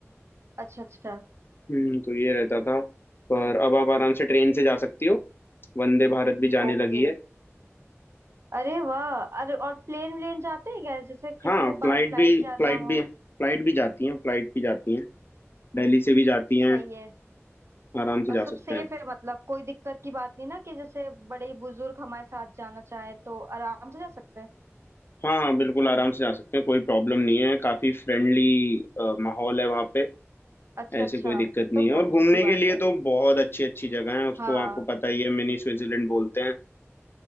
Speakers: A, on the right; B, on the left.
A: अच्छा अच्छा
B: हम्म तो ये रहता था पर अब आप आराम से ट्रेन से जा सकती हो वंदे भारत भी जाने
A: ओके
B: लगी है
A: अरे वाह अरे और प्लेन व्लेन जाते हैं क्या जैसे किसी
B: हाँ
A: को
B: फ्लाइट
A: बाय फ्लाइट
B: भी
A: जाना
B: फ्लाइट भी
A: हो
B: फ्लाइट भी जाती हैं फ्लाइट भी जाती हैं दिल्ली से भी जाती हैं
A: सही है
B: आराम से
A: और
B: जा
A: सब
B: सकते
A: सेफ
B: हैं
A: है मतलब कोई दिक्कत की बात नहीं ना कि जैसे बड़े बुजुर्ग हमारे साथ जाना चाहें तो आराम से जा सकते हैं
B: हाँ हाँ बिल्कुल आराम से जा सकते हैं कोई प्रॉब्लम नहीं है काफ़ी फ्रेंडली माहौल है वहाँ पे
A: अच्छा
B: ऐसे
A: अच्छा
B: कोई दिक्कत नहीं
A: तो बहुत
B: है और घूमने
A: अच्छी बात
B: के लिए
A: है
B: तो बहुत अच्छी अच्छी जगह है उसको
A: हाँ
B: आपको पता ही है मिनी स्विट्जरलैंड बोलते हैं